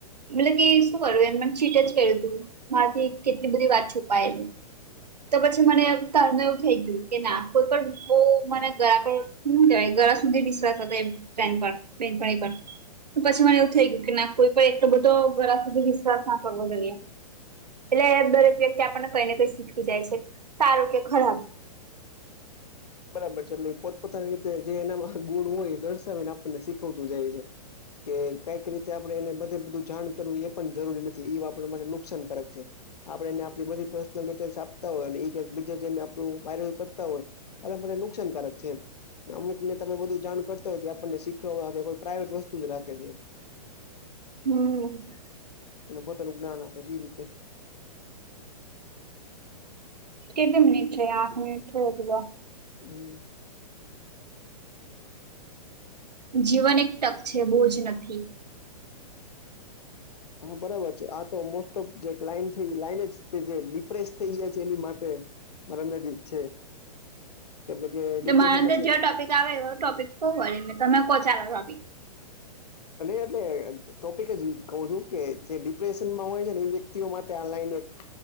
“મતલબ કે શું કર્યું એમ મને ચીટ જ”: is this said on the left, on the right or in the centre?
Right